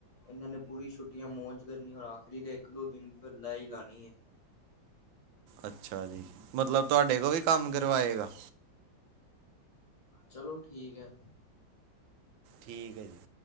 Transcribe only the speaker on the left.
ਇਹਨਾਂ ਨੇ ਪੂਰੀ ਛੁੱਟੀਆਂ ਮੌਜ ਕਰਨੀ ਔਰ ਆਖਰੀ ਤੇ ਇੱਕ ਦੋ ਦਿਨ ਫਿਰ ਲੈ ਈ ਲਾਉਣੀ ਹੈ।
ਚਲੋ ਠੀਕ ਹੈ।